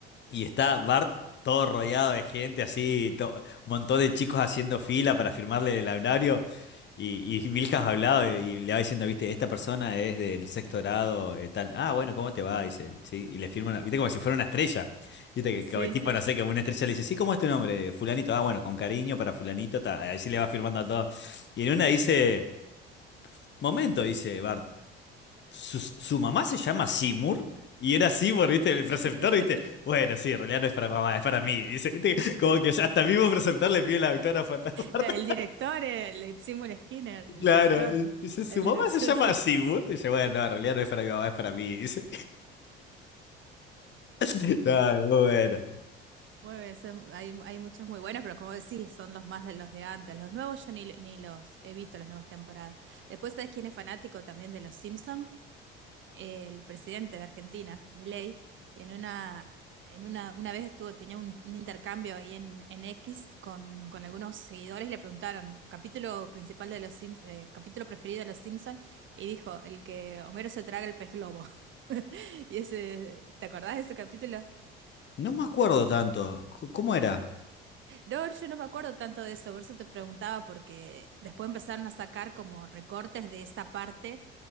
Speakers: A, on the left (about 40°); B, on the right (about 40°).
A: Y está Bart todo rodeado de gente, así, to- un montón de chicos haciendo fila para firmarle el anuario. Y, y Milhouse hablado y le va diciendo, viste, esta persona es del sexto grado, eh, tal. Ah, bueno, ¿cómo te va? Dice, sí. Y le firma una, viste, como si fuera una estrella. Viste, que,
B: sí,
A: que el tipo,
B: sí,
A: no
B: sí. sí.
A: sé, que una estrella le dice, sí, ¿cómo es tu nombre? "Eh, Fulanito. Ah, bueno, con cariño para fulanito, ta. Así le va firmando a todos. Y en una dice, momento, dice Bart. Su, su mamá se llama Seymour y era Seymour, ¿viste? El preceptor,
B: <laughs>
A: ¿viste? Bueno, sí, en realidad no es para mamá, es para mí. Dice, ¿viste? Como que hasta el mismo preceptor le pide la autógrafa. <laughs>
B: El director, el Seymour Skinner, el
A: Claro,
B: director,
A: y dice, su
B: el
A: mamá
B: director,
A: se llama
B: <laughs> sí.
A: Seymour. Dice, bueno, no, en realidad no es para mi mamá, es para mí. Dice, <laughs> Ay, muy bueno.
B: Muy bien, son- hay, hay muchos muy buenos, pero como decís, son los más de los de antes. Los nuevos yo ni, ni los he visto, las nuevas temporadas. Después, ¿sabes quién es fanático también de los Simpson? el presidente de Argentina, Milei, y en una, en una, una vez estuvo, tenía un, un intercambio ahí en, en X con, con algunos seguidores y le preguntaron, capítulo principal de los Sims, eh, capítulo preferido de los Simpson, y dijo, el que Homero se traga el pez globo. <laughs> Y ese, ¿te acordás de ese capítulo?
A: No me acuerdo tanto. C- ¿Cómo era?
B: No, yo no me acuerdo tanto de eso, por eso te preguntaba, porque después empezaron a sacar como recortes de esa parte